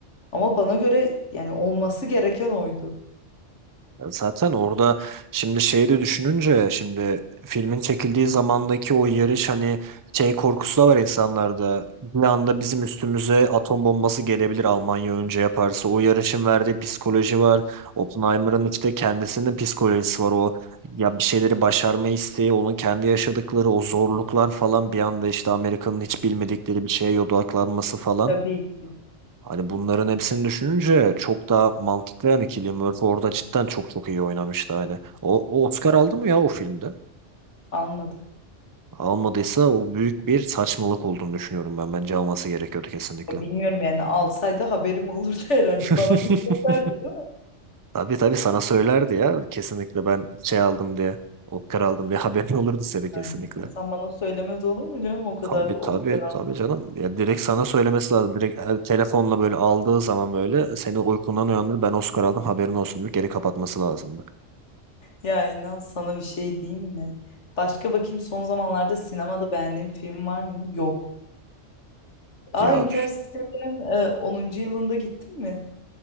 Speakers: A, on the left; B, on the right.
A: Ama bana göre yani olması gereken oydu.
B: Ya Zaten orada şimdi şeyi de düşününce şimdi filmin çekildiği zamandaki o yarış hani şey korkusu da var insanlarda. Bir anda bizim üstümüze atom bombası gelebilir Almanya önce yaparsa. O yarışın verdiği psikoloji var. Oppenheimer'ın işte kendisinin psikolojisi var. O ya bir şeyleri başarma isteği, onun kendi yaşadıkları o zorluklar falan bir anda işte Amerika'nın hiç bilmedikleri bir şeye odaklanması falan.
A: Tabii ki
B: Hani bunların hepsini düşününce çok daha mantıklı yani Cillian Murphy orada cidden çok çok iyi oynamıştı hani. O, o Oscar aldı mı ya o filmde?
A: almadı.
B: Almadıysa o büyük bir saçmalık olduğunu düşünüyorum ben. Bence alması gerekiyordu kesinlikle.
A: Ya Bilmiyorum yani alsaydı haberim olurdu <laughs> herhalde.
B: <laughs>
A: Bana bir söylerdi değil mi?
B: Tabii tabii sana söylerdi ya kesinlikle ben şey aldım diye. Oscar aldım diye <laughs> haberin olurdu seni kesinlikle.
A: Yani insan bana söylemez olur mu canım o kadar
B: Tabii
A: Oscar
B: tabii tabii canım. Ya direkt sana söylemesi lazım. Direkt e, telefonla böyle aldığı zaman böyle seni uykundan uyandırır. Ben Oscar aldım haberin olsun diye geri kapatması lazımdı.
A: Ya inan sana bir şey diyeyim mi? Başka bakayım son zamanlarda sinemada beğendiğim film var mı? Yok. Aa
B: Ya
A: Interstellar'ın e, 10. yılında gittin mi?